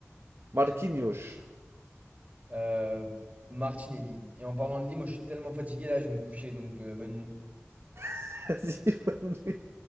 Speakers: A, on the right; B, on the right.
A: Marquinhos.
B: Euh, Martinelli. Et en parlant de lit, moi je suis tellement fatigué là, je vais me coucher, donc euh, bonne nuit.
A: <laughs> Vas-y, bonne nuit.